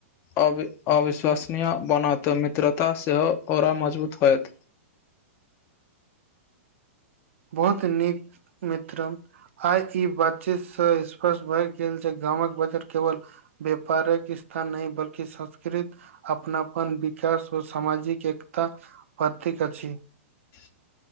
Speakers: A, on the left; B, on the right.
A: अवि अविश्वसनीय बनत मित्रता सेहो ओरा मजबूत होयत
B: बहुत नीक मित्रम आइ ई बातचीतसँ स्पष्ट भए गेल जे गामक बजार केवल व्यापारिक स्थान नहि बल्कि संस्कृत अपनापन विक विकाश ओ सामाजिक एकता प्रतीक अछि
A: <inaudible>